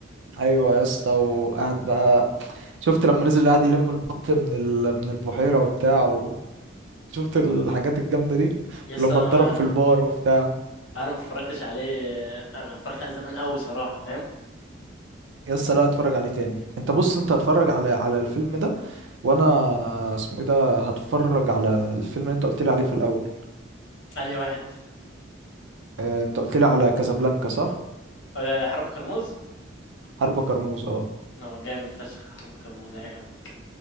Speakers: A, on the right; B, on the left.
A: ايوه يا اسطى وقعد بقى شفت لما نزل قعد يلم البط من ال... من البحيره وبتاع و... شفت الحاجات الجامده دي
B: يا اسطى
A: ولما
B: انا
A: اتضرب في البار وبتاع
B: انا ما اتفرجتش عليه انا اتفرجت عليه زمان قوي صراحه فاهم
A: يا اسطى لا اتفرج عليه تاني انت بص انت اتفرج على على الفيلم ده وانا اسمه ايه ده هتفرج على الفيلم اللي انت قلت لي عليه في الاول
B: انهي واحد
A: آه، انت قلت لي على كازابلانكا صح
B: آه، حرب كرموز
A: حرب كرموز اه
B: اه جامد فشخ حرب كرموز عجبك